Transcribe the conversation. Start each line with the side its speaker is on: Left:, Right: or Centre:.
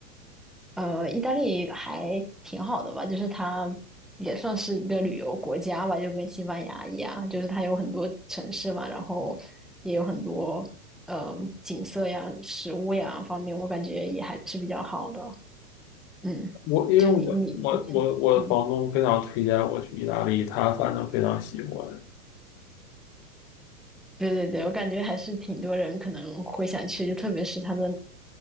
Centre: 呃，意大利还挺好的吧，就是它也算是一个旅游国家吧，就跟西班牙一样，就是它有很多城市嘛，然后也有很多呃景色呀、食物呀方面，我感觉也还是比较好的。嗯，
Left: 我因为
Centre: 就你你你，
Left: 我我我我房东非常推荐我去意大利，
Centre: 嗯。
Left: 他反正非常喜欢。
Centre: 对对对，我感觉还是挺多人可能会想去，就特别是他的